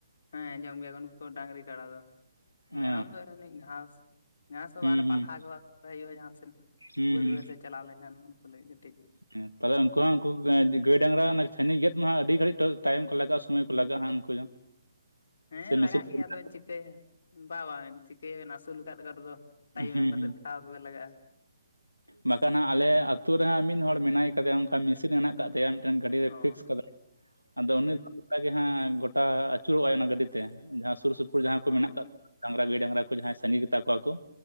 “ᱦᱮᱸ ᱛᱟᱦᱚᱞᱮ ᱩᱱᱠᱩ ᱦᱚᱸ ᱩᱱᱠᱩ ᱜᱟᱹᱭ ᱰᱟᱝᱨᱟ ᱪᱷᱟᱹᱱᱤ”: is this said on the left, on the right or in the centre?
Left